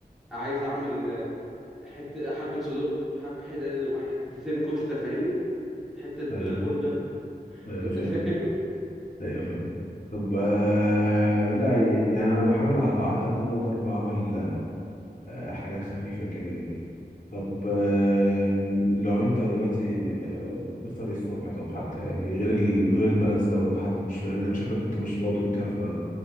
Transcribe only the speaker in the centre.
عايز اعمل آه، حتة حبة صدق حب حتة- حتتين كفتة فاهمني حتة ب-
برجر <laughs>
انت فاهم